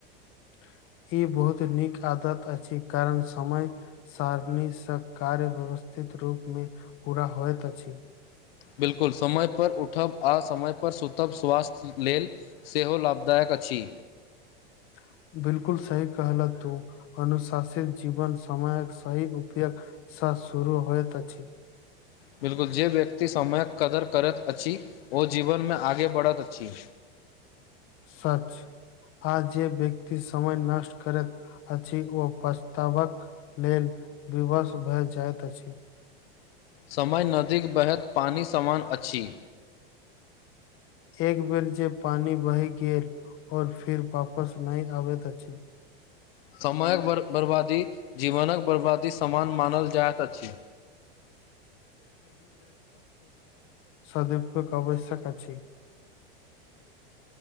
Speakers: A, on the left; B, on the left.
A: <inaudible> ई बहुत नीक आदत अछि कारण समय सारणीसँ कार्य ववथा उथित रूपमे पूरा होइत अछि
B: बिलकुल समय पर उठब आ समय पर सुतब स्वास्थ्य लेल सेहो लाभदायक छी
A: <inaudible> बिलकुल सहि कहल तू अनुशासित जीवन समयक सही उपयोग स शुरू होत छी
B: बिल्कुल जे व्यक्ति समयक कदर करैत अछि ओ जीवन में आगे बढ़ैत अछि
A: सच आ जे व्यक्ति समय नष्ट करैत अछि ओ पछतावक लेल विवश भए जाइत अछि
B: समय नदीक बहैत पानि सामान अछि
A: एक बेर जे पानि बहि गेल और फिर वापस नहि आबे दछि
B: समयक बर्बादी जीवनक बर्बादी समान मानल जाएत अछि
A: <inaudible> सदीपके कवश्यका छी